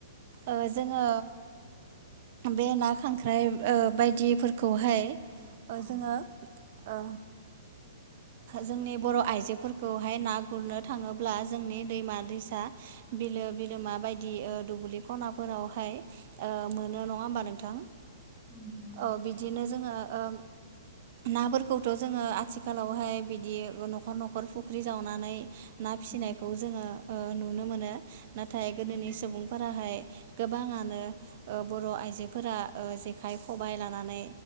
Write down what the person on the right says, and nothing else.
ओ जोङो बे ना खांख्राइ ओ बायदिफोरखौहाय ओ
जोङो ओ
जोंनि बर' आइजोफोरखौहाय ना गुरनो थाङोब्ला जोंनि दैमा दैसा बिलो बिलोमा बायदि ओ दुब्लि खनाफोरावहाय मोनो नङा ओमबा नोंथां?
औ बिदिनो जोङो ओ नाफोरखौथ' जोङो आथि खालावहाय बिदि न'खर न'खर फुख्रि जावनानै ना
फिसिनायखौ जोङो ओ नुनो मोनो। नाथाय गोदोनि
सुबुंफोराहाय गोबाङानो बर' आइजोफोरा जेखाइ खबबाय लानानै